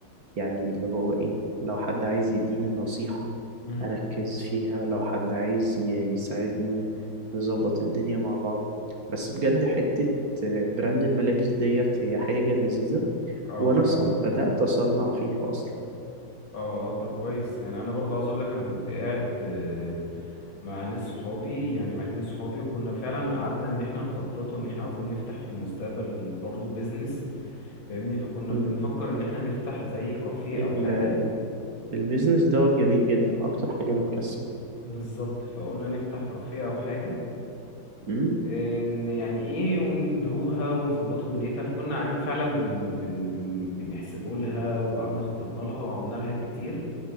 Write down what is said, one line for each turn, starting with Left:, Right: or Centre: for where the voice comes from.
Right: يعني اللي هو ايه لو حد عايز يديني نصيحة
Left: مم.
Right: أركز فيها لو حد عايز ي- يساعدني نظبط الدنيا مع بعض بس بجد حتة آه، براند الملابس ديت هي حاجة لذيذة
Left: اه
Right: وأنا
Left: فاهمك
Right: صن... بدأت أصنع فيها أصلا
Left: اه اه طب كويس يعني انا برضه عاوز اقول لك انا كنت قاعد آه، مع ناس صحابي يعني مع اتنين صحابي وكنا فعلا قعدنا ان احنا نخططه ان احنا عاوزين نفتح في المستقبل برضه بيزنس فاهمني فكنا
Right: مم.
Left: بنفكر ان احنا نفتح زي كافيه
Right: ال...
Left: او حاجة
Right: البيزنس دوت جميل جدا أكتر حاجة بتكسب
Left: بالظبط فقلنا نفتح كافيه او حاجة
Right: مم.
Left: ان يعني ايه وندروها ونظبطوا دنيتها فكنا قاعدين فعلا بن بن بن بنحسبوا لها وقعدنا خططنا لها وعملنا لها حاجات كتير